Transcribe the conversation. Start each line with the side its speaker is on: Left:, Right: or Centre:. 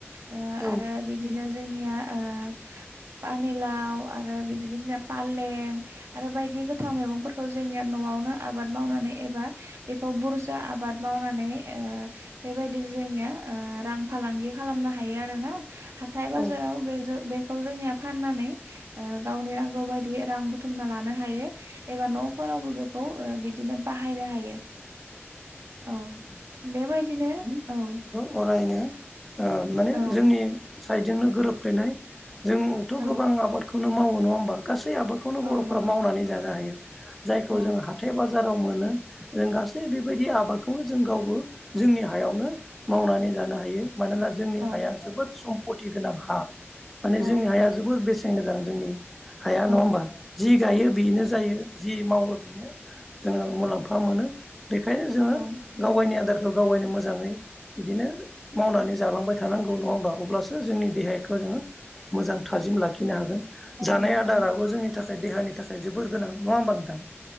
Right: ओ
Centre: औ
Right: आरो बिदिनो जोंनिया ओ पानिलाव आरो बिदिनो जोंना फालें आरो बायदि गोथां मैगंफोरखौ जोंनिया न' आवनो आबाद मावनानै एबा बेखौ बुरजा आबाद मावनानै ए बेबायदि जोंनिया ओ रां फालांगि खालामनो हायो आरोना। हाथाय बाजाराव
Centre: औ
Right: बे जो बे खौ जोंनिया फाननानै ओ गावनि नांगौ बायदि रां बुथुमना लानो हायो एबा न'फो रावबो बेखौ ओ बिदिनो बाहायनो हायो। औ बेबायदिनो औ
Centre: फरायनो ओ माने
Right: औ
Centre: जोंनि सायदजोंनो गोरोबफ्लेनाय। जोंथ'
Right: औ
Centre: गोबां आबादखौनो मावो नङा होमबा? गासै आबादखौनो
Right: औ
Centre: बर'फ्रा
Right: नंगौ
Centre: मावनानै जानो हायो। जायखौ
Right: औ
Centre: जों हाथाय बाजाराव मोनो जों गासै बिब बायदि आबादखौ जों गावबो जोंनि हायावनो मावनानै जानो हायो। मानोना जोंनि
Right: औ
Centre: हाया जोबोद सम्पति गोनां हा, माने
Right: औ
Centre: जोंनि हाया जबोर बेस सेन गोजा जोंनि हाया
Right: औ
Centre: नङा होमबा? जि गायो बेनो जायो जि मावो बेनो जोङो मुलाम्फा मोनो बेखायनो जोङो
Right: औ
Centre: गाव गायनि आदारखो गाव गायनो मोजाङै बिदिनो मावनानै जालांबाय थानांगौ नङा होमबा? अब्लासो जोंनि देहायखो जोङो मोजां थाजिम लाखिनो हागोन।
Right: औ
Centre: जानाय
Right: नंगौ
Centre: आदाराबो जोंनि थाखाय देहानि थाखाय जोबोर गोनां नङा होमबा नों थां